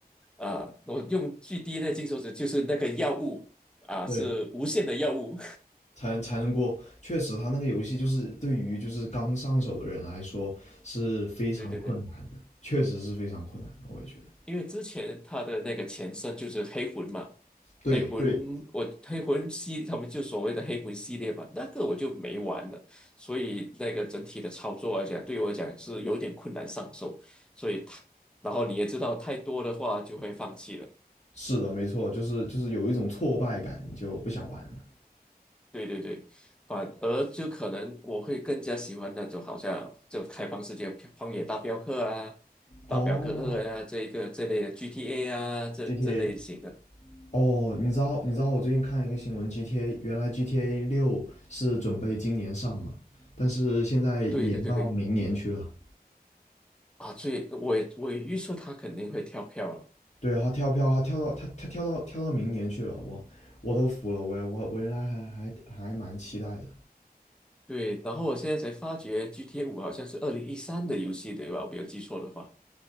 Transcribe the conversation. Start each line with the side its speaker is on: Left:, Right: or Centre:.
Centre: 啊、我用最低那金手指就是那个药物啊、
Left: 对，
Centre: 是无限的药物。
Left: 才能才能过。确实，他那个游戏就是对于就是刚上手的人来说是非常困难的，
Centre: <laughs> 对对对。
Left: 确实是非常困难的，我也觉得。
Centre: 因为之前他的那个前身就是黑魂嘛，
Left: 对对，
Centre: 黑魂我黑魂系他们就所谓的黑魂系列嘛，那个我就没玩了，所以那个整体的操作来讲，对我来讲是有点困难上手，所以它，然后你也知道太多的话就会放弃了，
Left: 是的，没错，就是就是有一种挫败感，你就不想玩了。
Centre: 对对对，反而就可能我会更加喜欢那种好像就开放世界《荒野大镖客》啊，
Left: 哦
Centre: 《大表哥二》啊，这一个这类的 GTA 啊，这这类型的。
Left: ，GTA，哦，你知道你知道我最近看一个新闻，GTA 原来 GTA 六是准备今年上嘛，但是现在延到明年去了。
Centre: 对对对对，啊，最我也我也预测他肯定会跳票了。
Left: 对，他跳票，他跳到他他跳到跳到明年去了，我我都服了，我我我原来还还还蛮期待的，
Centre: 对，然后我现在才发觉 GTA 五好像是二零一三的游戏，对吧？我没有记错的话，